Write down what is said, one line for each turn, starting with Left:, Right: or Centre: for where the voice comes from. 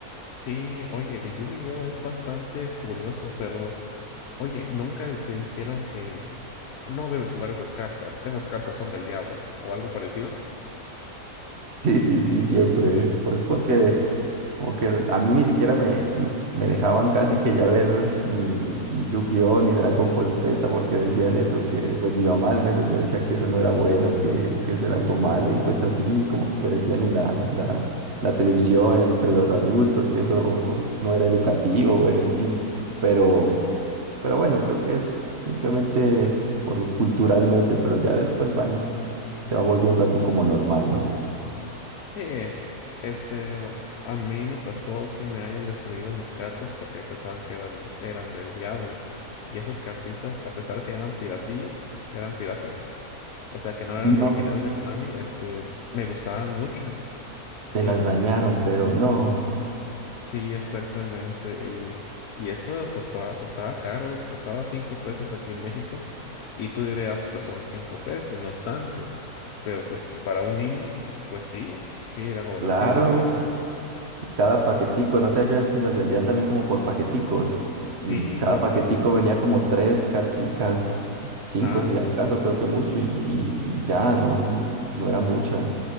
Left: Sí, oye, de Yu-Gi-Oh es bastante curioso, pero oye, nunca te dijeron que no debes jugar esas cartas. Esas cartas son del diablo o algo parecido.
Right: Sí, sí, sí, siempre. ¿eh? Pues porque como que el- a mí ni siquiera me, m- me dejaban casi que ya ver ni, ni Yu-Gi-Oh! ni Dragon Ball Z porque decían eso, que pues mi mamá al menos me decía que eso no era bueno, que, que eso era algo malo y pues así como que decían en la, en la, la televisión entre los adultos que eso no era educativo, bueno, en fin. Pero... Pero bueno, creo que es simplemente por culturalmente, pero ya después van, se va volviendo algo como normal, ¿no?
Left: Sí, este, a mí me tocó que me hayan destruido mis cartas porque pensaban que eran, eran del diablo. Y esas cartitas, a pesar que eran piratillas, eran piratas, o sea que no eran
Right: No,
Left: originales de Konami, este, me gustaban mucho.
Right: te
Left: Y
Right: las
Left: n-
Right: dañaron, pero no,
Left: sí, exactamente. Y, y eso costaba, costaba caro, costaba cinco pesos aquí en México. Y tú dirías, pues son cinco pesos, no es tanto. Pero pues para un niño, pues sí, sí, era,
Right: claro,
Left: sí lo era.
Right: cada paquetico, no sé allá si las vendían también como por paqueticos. mm,
Left: Sí,
Right: Cada paquetico venía como tres carticas, cinco
Left: Ah,
Right: si acaso, creo que mucho, y, y- y ya, no, no era mucha.